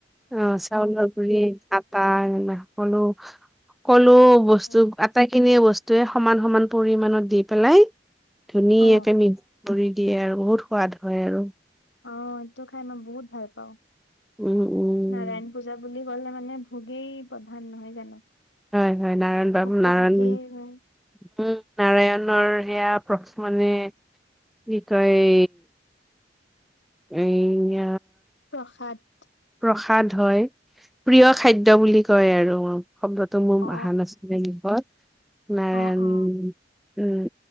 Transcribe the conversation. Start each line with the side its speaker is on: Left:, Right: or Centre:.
Centre: অ' চাউলৰ গুৰি আটা এইবিলাক। কলো, কল। অ', বস্তু,
Left: হয়
Centre: আটাইখিনিয়ে বচ টোৱে সমান সমান পৰিমানত দি পেলাই ধুনীয়াকে
Left: অ
Centre: নিম। কৰি দিয়ে আৰু বহুত সোৱাদ। হয় আৰু।
Left: অ', এইটো খাই মই বহুত ভালপাওঁ।
Centre: উম, উম,
Left: নাৰায়ণ পূজা বুলি। গলে মানে ভোগেই প্ৰধান নহয় জানো?
Centre: হয় হয় নাৰায়ণ বাবু
Left: ভোগটো
Centre: নাৰায়ণ
Left: থাকেই উম,
Centre: নাৰায়ণৰ সেয়া প্ৰ মানে কি কয় এই
Left: প্ৰসাদ
Centre: প্ৰসাদ হয় প্ৰিয় খাদ্য বুলি কয় আৰু শব্দটো মোৰ
Left: অ
Centre: অা নাছিলেহত নাৰণ
Left: অ অ
Centre: উম